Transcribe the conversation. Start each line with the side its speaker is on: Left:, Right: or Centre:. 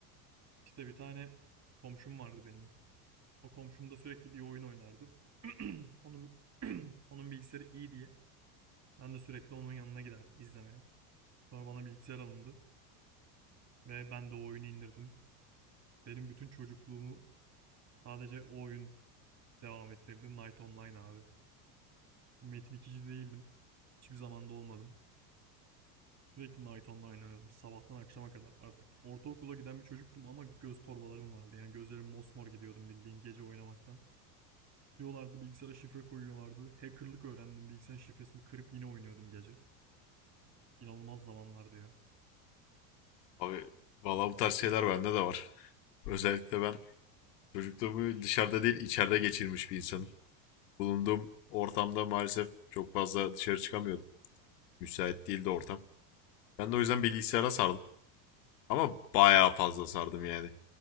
Right: İşte bir tane komşum vardı benim. O komşum da sürekli bir oyun oynardı. <clears throat> <laughs> Onun <laughs> onun bilgisayarı iyi diye ben de sürekli onun yanına giderdim izlemeye. Sonra bana bilgisayar alındı ve ben de o oyunu indirdim. Benim bütün çocukluğumu sadece o oyun devam ettirdi Night Online abi. Metin ikici değildim. Hiçbir zamanda olmadım. Sürekli Night Online oynuyordum. Sabahtan akşama kadar. Artık ortaokula giden bir çocuktum ama göz torbalarım vardı. Yani gözlerim mosmor gidiyordum bildiğin gece oynamaktan. Diyorlardı bilgisayara şifre koyuyorlardı. Hackerlık öğrendim. Bilgisayarın şifresini kırıp yine oynuyordum gece. İnanılmaz zamanlardı ya.
Left: Abi valla bu tarz şeyler bende de var. Özellikle ben çocukluğumu dışarıda değil içeride geçirmiş bir insanım. Bulunduğum ortamda maalesef çok fazla dışarı çıkamıyordum. Müsait değildi ortam. Ben de o yüzden bilgisayara sardım. Ama bayağı fazla sardım yani.